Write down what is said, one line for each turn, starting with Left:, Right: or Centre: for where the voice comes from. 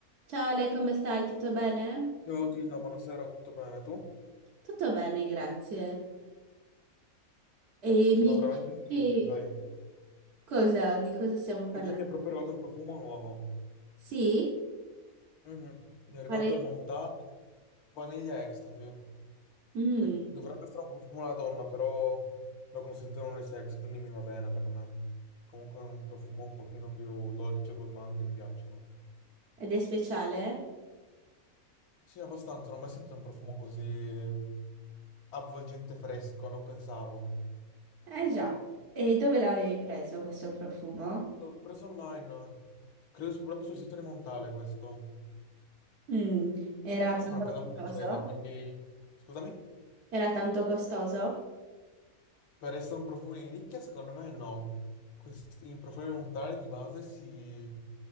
Right: Ciao Ale, come stai? Tutto bene?
Left: Ciao Tina, buonasera, tutto bene? Tu?
Right: Tutto bene, grazie. E
Left: Sono
Right: mi
Left: veramente
Right: dici
Left: felice,
Right: che
Left: sai.
Right: cosa, di cosa stiamo parlando?
Left: Oggi mi è proprio arrivato un profumo nuovo.
Right: Sì?
Left: Mhm. Mi è arrivato
Right: Qual è?
Left: il Montale Vaniglia Ecstasy.
Right: Mm,
Left: E dovrebbe essere un profumo alla donna, però lo consentono unisex, quindi mi va bene per me. Comunque è un profumo un pochino più dolce e gourmand che mi piacciono.
Right: ed è speciale?
Left: Sì, abbastanza, non ho mai sentito un profumo così avvolgente fresco, non pensavo.
Right: Eh già. E dove l'avevi preso questo profumo?
Left: L'ho preso online, credo su- proprio sul sito di Montale questo.
Right: Mm, era
Left: Per essere
Right: tanto
Left: una casa
Right: costoso?
Left: francese, quindi... Scusami?
Right: Era tanto costoso?
Left: Per essere un profumo di nicchia, secondo me no. Questi, I profumi montali di base si,